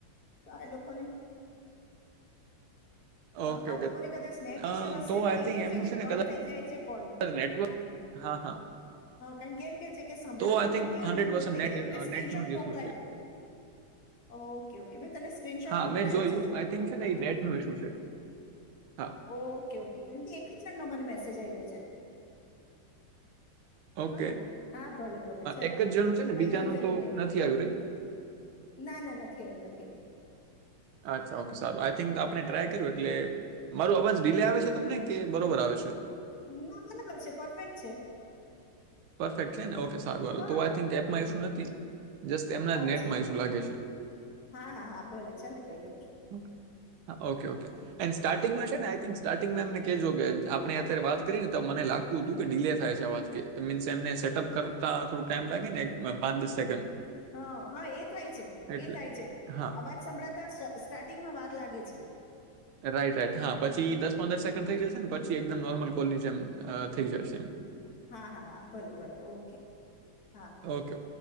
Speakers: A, on the left; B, on the right.
A: તો આ લોકોને આ
B: ઓકે ઓકે
A: લોકોને કદાચ સનેટ
B: અ,
A: ઇસ્યુ હશે
B: તો આઈ
A: એ
B: થિંક
A: કે
B: એમનું
A: છે કે
B: ને
A: કટ
B: કદાચ
A: થઈ જાય છે કોલ
B: નેટવર્ક હા હા
A: કારણ કેમ કે છે કે સંભળતું
B: તો આઈ થિંક
A: નથી અને
B: હંડ્રેડ પર્સન્ટ
A: કટ
B: નેટ
A: થ મેં સ્ક્રેરેનશોટ
B: નેટનું
A: મોક
B: જ ઇસ્યુ છે
A: ઓકે ઓકે ત સ્કનશોટ
B: હા
A: મોકલા
B: મેં જોયું આઈ થિંક
A: હું
B: છે
A: લખી
B: ને એ
A: દઉ
B: નેટનું ઇસ્યુ છે હા
A: ઓ ઓકે કાર મને મેસેજ આવ્યો છે છે
B: ઓકે
A: હા ને હા ભલે ભલે ચાલ
B: એક જ જણનું છે ને
A: કહી
B: બીજાનું
A: દઉં છોને
B: તો
A: નેટ
B: નથી આવ્યું રે
A: ના ના નથી આવ્યું નથી આવ્યું
B: અચ્છા ઓકે સારું આઈ થિક આપણે ટ્રાય કર્યું એટલે મારું અવાજ ડીલે આવે છે તમને કે બરોબર આવે છે
A: ના ભલે બ છે પરફેક્ટ છે
B: પરફેક્ટ છે ને ઓકે સારું
A: હા
B: તો આઈ થિંક એપમાં શું નથી <inaudible> જસ્ટ એમના
A: અચ્છા
B: જ નેટમાં શું લાગે છેઓકે
A: હા હા હા ભલે ચાલ ને કહી દઉં છું
B: ઓકે એ સ્ટાર્ટિંગમાં છે ને સ્ટાર્ટિંગમાં એમને કેજો આપણે અત્યારે વાત કરી ને તો મને લાગતું હતું કે ડીલે થાય છે આવાજ કે મીન્સ એમને સેટઅપ કરતા થોડક ટાઈમ લાગે ને એક પાંચ દસ સેકન્ડ
A: હા હા એ થાય છે
B: એટલે
A: એ થાય છે
B: હા
A: અવાજ સંભળાતા સ્ટાર્ટિંગમાં વાર લાગે છે
B: રાઈટ રાઈટ હા પછી દસ પંદર સેકન્ડ થઈ જશે ને પછી એકદમ નોર્મલ કોલની જેમ અ થઈ જશે એમ
A: હા હા હા ભલે ભલે ઓકે હા હા
B: ઓકે